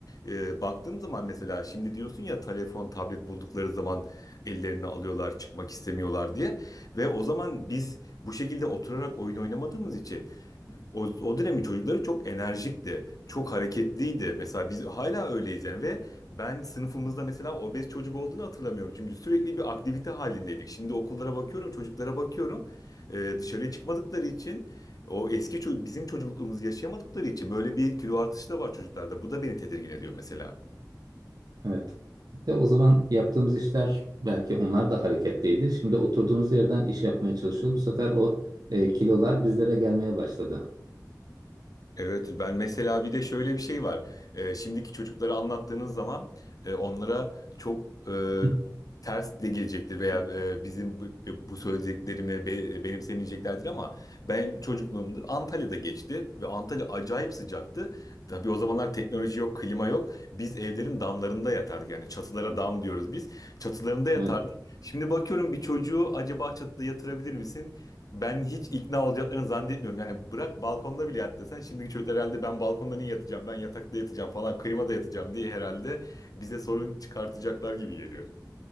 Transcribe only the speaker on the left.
e, baktığım zaman mesela şimdi diyorsun ya telefon tablet buldukları zaman ellerini alıyorlar çıkmak istemiyorlar diye ve o zaman biz bu şekilde oturarak oyun oynamadığımız için o, o dönemin çocukları çok enerjikti, çok hareketliydi. Mesela biz hala öyleyiz yani ve ben sınıfımızda mesela obez çocuk olduğunu hatırlamıyorum. Çünkü sürekli bir aktivite halindeydik. Şimdi okullara bakıyorum, çocuklara bakıyorum. Ee, dışarıya çıkmadıkları için o eski ço- bizim çocukluğumuzu yaşayamadıkları için böyle bir kilo artışı da var çocuklarda. Bu da beni tedirgin ediyor mesela.
Evet ben mesela bir de şöyle bir şey var. Ee, şimdiki çocuklara anlattığınız zaman e, onlara çok e,
ters de gelecektir veya e, bizim bu, bu söylediklerimi be- benimsemeyeceklerdir ama benim çocukluğumda Antalya'da geçti ve Antalya acayip sıcaktı. Tabii o zamanlar teknoloji yok, klima yok. Biz evlerin damlarında yatardık yani çatılara dam diyoruz biz. Çatılarında yatardık.
Şimdi bakıyorum bir çocuğu acaba çatıda yatırabilir misin? Ben hiç ikna olacaklarını zannetmiyorum. Yani bırak balkonda bile yat desen şimdiki çocuklar herhalde ben balkonda niye yatacağım? Ben yatakta yatacağım falan, klimada yatacağım diye herhalde bize sorun çıkartacaklar gibi geliyor.